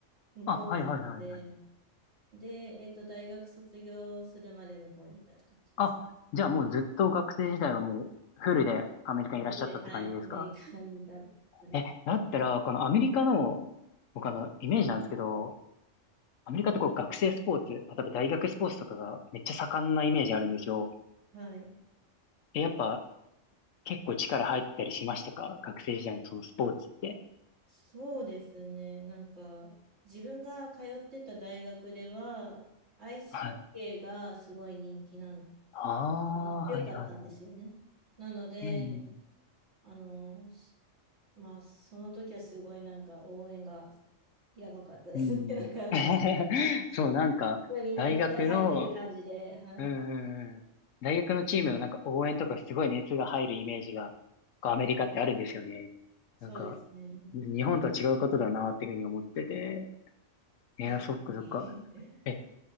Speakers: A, on the right; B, on the left.
A: 向こう生まれたんで、
B: あ、はいはいはいはい。
A: で、えっと、大学卒業するまで向こうにいたって感じです。
B: あ、じゃあもうずっと学生時代はもうフルでアメリカにいらっしゃったって感じですか
A: フルで、はい、アメリカにいた感じです。
B: え、だったら、このアメリカの、僕あの、イメージなんですけど、アメリカってこう学生スポーツ、例えば大学スポーツとかがめっちゃ盛んなイメージあるんですよ。
A: はい。
B: え、やっぱ結構力入ってたりしましたか学生時代のそのスポーツって。
A: そうですね。なんか、自分が通ってた大学では、アイスホッケーがすごい人気なん、
B: はい。ああ、
A: あの強かったんですよね。
B: はいはいは
A: なので、
B: い。うん
A: あの、しまあ、その時はすごいなんか応援がやばかったですね。
B: うんうん。
A: <laughs> なんか、
B: うんうん。<laughs>
A: す
B: そう、なんか、
A: ごいみんな気合入ってる感じで、
B: 大学の、
A: はい。
B: うんうんうん。大学のチームのなんか応援とかすごい熱が入るイメージが、こうアメリカってあるんですよね。
A: そうですね。
B: なんか、日本とは違うことだなっていうふうに思ってて。いや、
A: 確かに。
B: そっかそっか。
A: <laughs>
B: え、